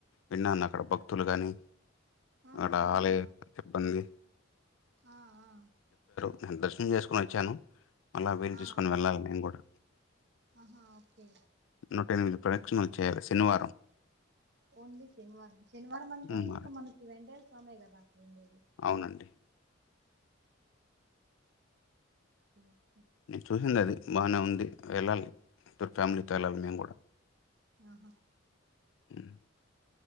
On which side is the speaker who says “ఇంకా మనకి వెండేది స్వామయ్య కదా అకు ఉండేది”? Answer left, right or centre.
Right